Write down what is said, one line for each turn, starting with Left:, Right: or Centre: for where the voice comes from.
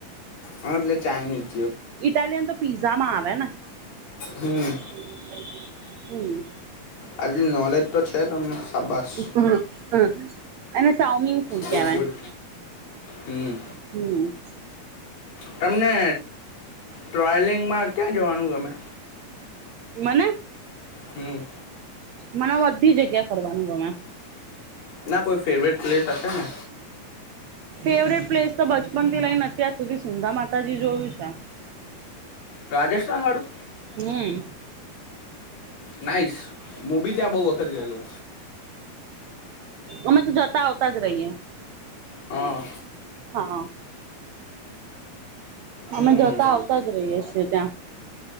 Left: હા એટલે ચાઈનીઝ
Right: ઇટાલિયન તો પીઝા માં આવે ને <unintelligible>
Left: હમ
Right: હમ
Left: આટલી નોલેજ તો છે તમને શાબાશ
Right: હમ હમ અને ચાવમીન ફુડ
Left: ગુડ
Right: કેવા
Left: ગુડ હમ
Right: હમ
Left: તમને ટ્રાવેલિંગમાં ક્યાં જવાનું ગમે
Right: મને
Left: હમ
Right: મને બધી જગ્યા ફરવાનું ગમે
Left: ના કોઈ ફેવરેટ પ્લેસ હશે ને
Right: ફેવરેટ પ્લેસ તો બચપન થી લઈને અત્યાર સુધી સુંદર માતાજી જોયું છે
Left: રાજસ્થાન વાળું
Right: હમ
Left: નાઈસ હું બી ત્યાં બહુ વખત ગયેલો
Right: અમે તો જતા આવતા જ રહીએ
Left: હા
Right: હા
Left: હમ
Right: અમે જતા આવતા જ રહીએ છીએ ત્યાં